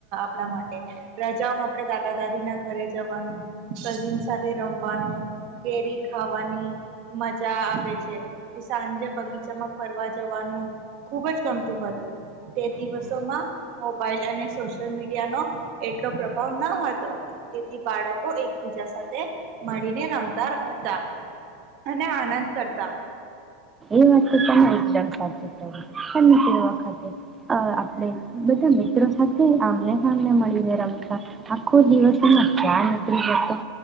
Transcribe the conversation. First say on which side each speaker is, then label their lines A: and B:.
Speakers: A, on the right; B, on the right.
A: આપે દાદા દાદી ના ઘરે જવાનું કઝિન સાથે રમવાનું કેરી ખાવાની મજા આવે છે સાંજે બગીચામાં ફરવા જવાનું ખુબજ ગમતું હતું તે દિવસોમાં મોબાઈલ અને સોશિયલ મીડ નો એટલો પ્રભાવ ન હતો તેથી બાળકો એકબીજા સાથે મળીને રમતા હતા અને આનંદ કરતા
B: ત પણ એકદમ સાચું તે વખતે આપણે બધા મિત્રો સાથે આમને સાને મળીને રમતા આખો દિવસોમાં ધ્યાન ઉતરી જતો